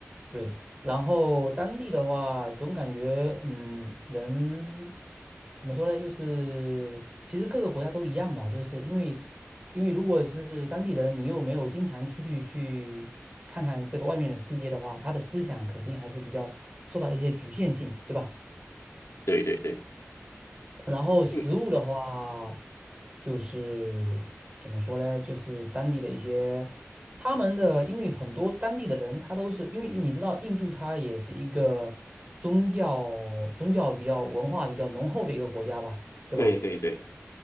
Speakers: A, on the right (about 30°); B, on the left (about 90°).
A: 对，然后当地的话，总感觉嗯，人怎么说呢？就是其实各个国家都一样吧，就是因为因为如果是当地人，你又没有经常出去去看看这个外面的世界的话，他的思想肯定还是比较受到一些局限性，对吧？
B: 对对对，
A: 然后食物的话，
B: 嗯，
A: 就是怎么说呢？就是当地的一些他们的，因为很多当地的人，他都是因为你知道，印度它也是一个宗教宗教比较文化比较浓厚的一个国家吧，对吧？
B: 对对对，